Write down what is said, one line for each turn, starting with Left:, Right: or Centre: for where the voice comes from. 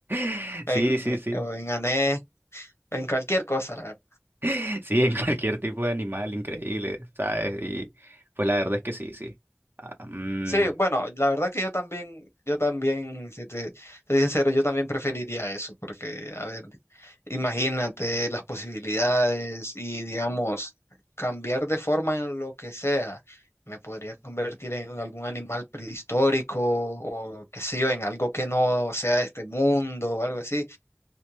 Right: <laughs>
Left: en,
Right: Sí, sí,
Left: eh,
Right: sí.
Left: o en anés, en cualquier cosa. la verdad.
Right: <laughs> Sí, en cualquier tipo de animal, increíble, ¿sabes? Y pues la verdad es que sí, sí. Ah, mm,
Left: Sí, bueno, la verdad que yo también, yo también, si te soy sincero, yo también preferiría eso, porque, a ver, imagínate las posibilidades y, digamos, cambiar de forma en lo que sea. Me podría convertir en algún animal prehistórico o, qué sé yo, en algo que no sea de este mundo o algo así